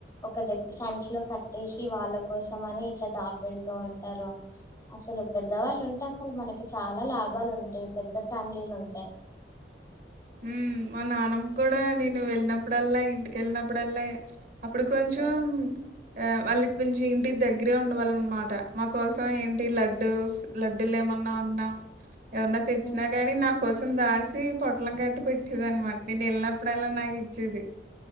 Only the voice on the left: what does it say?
ఒక దగ్గ సంచిలో కట్టేసి వాళ్ళ కోసం అని ఇట్ల దాపెడుతూ ఉంటారు. అసలు పెద్దవాళ్లుంటే అసల్ మనకి చాలా లాభాలుంటయి పెద్ద ఫ్యామిలీలుంటే
హ్మ్.
హ్మ్.